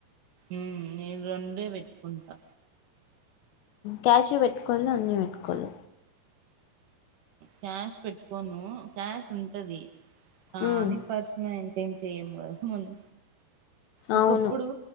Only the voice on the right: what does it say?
ఉమ్ నేను రెండే పెట్టుకుంటా
క్యాష్ పెట్టుకోను క్యాష్ ఉంటది ఆ
నీ పర్సనే ఏం చెయమ్ కదా మనం ఒకప్పుడు